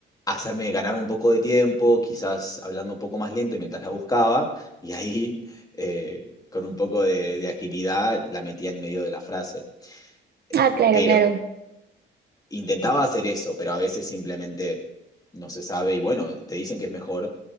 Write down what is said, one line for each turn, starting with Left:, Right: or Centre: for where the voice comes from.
Left: hacerme ganar un poco de tiempo, quizás hablando un poco más lento mientras la buscaba, y ahí <laughs> eh, con un poco de, de agilidad la metía en medio de la frase. Eh,
Right: Ah, claro,
Left: pero
Right: claro.
Left: intentaba hacer eso, pero a veces simplemente no se sabe y bueno, te dicen que es mejor